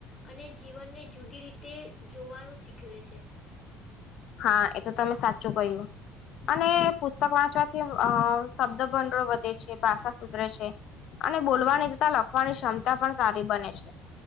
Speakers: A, on the left (about 30°); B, on the left (about 50°).
A: અને જીવનને જુદી રીતે જોવાનું શીખવે છે.
B: હા એ તો તમે સાચું કહ્યુ અને પુસ્તક વાંચવાથી અ શબ્દ ભંડળો વધે છે ભાષા સુધરે છે. અને બોલવાની તતાા લખવાની ક્ષમતા પણ સારી બને છે.